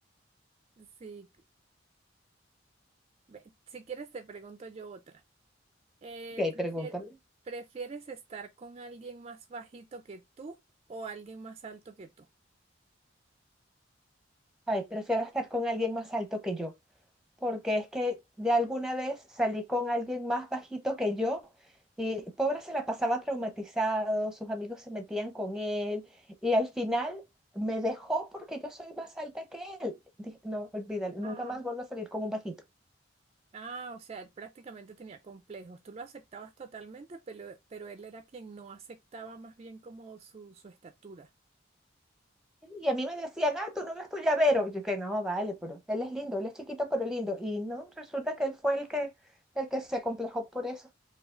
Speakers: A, on the right (about 35°); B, in the centre.
A: Sí, ve, si quieres te pregunto yo otra. Eh,
B: Ok,
A: prefier-
B: pregúntame.
A: ¿prefieres estar con alguien más bajito que tú o alguien más alto que tú?
B: Ay, prefiero estar con alguien más alto que yo. porque es que de alguna vez salí con alguien más bajito que yo y pobre se la pasaba traumatizado, sus amigos se metían con él y al final me dejó porque yo soy más alta que él. Dije, no, olvídalo, nunca
A: Ah.
B: más vuelvo a salir con un bajito.
A: Ah, o sea, él prácticamente tenía complejos. Tú lo aceptabas totalmente, pero, pero él era quien no aceptaba más bien como su, su estatura.
B: Y a mí me decían, ah, tú no ves tu llavero. Y yo que no, vale, pero él es lindo, él es chiquito pero lindo. Y no, resulta que él fue el que, el que se complejó por eso.